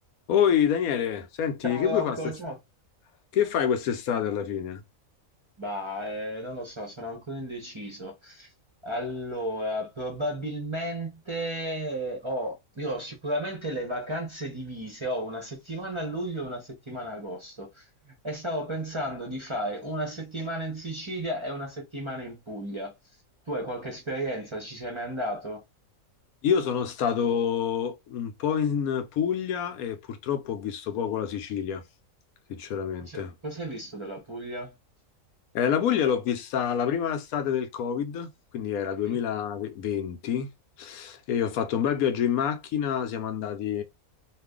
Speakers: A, on the left; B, on the right.
A: Oi Daniele, senti,
B: Ciao
A: che vuoi
B: Rocco,
A: fare? stas-
B: ciao.
A: Che fai quest'estate alla fine?
B: Bah, eh, non lo so, sono ancora indeciso. Allora, probabilmente eh, ho, io ho sicuramente le vacanze divise, ho una settimana a luglio e una settimana a agosto e stavo pensando di fare una settimana in Sicilia e una settimana in Puglia. Tu hai qualche esperienza? Ci sei mai andato?
A: Io sono stato un po' in Puglia e purtroppo ho visto poco la Sicilia, sinceramente.
B: Cos'è- Cosa hai visto della Puglia?
A: Eh, la Puglia l'ho vista la prima estate del Covid, quindi era 2020,
B: Sì.
A: e ho fatto un bel viaggio in macchina, siamo andati